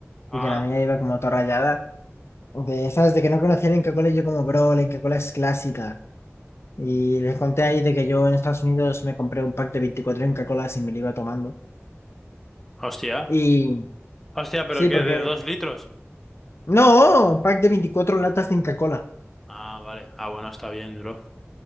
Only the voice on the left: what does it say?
y que la mía iba como toda rayada. de, ¿sabes? De que no conocía el Inca Kola y yo como, bro, la Inca Kola es clásica. Y les conté ahí de que yo en Estados Unidos me compré un pack de 24 Inca Kolas y me lo iba tomando.
Y
sí,
porque...
No, un pack de 24 latas de Inca Kola.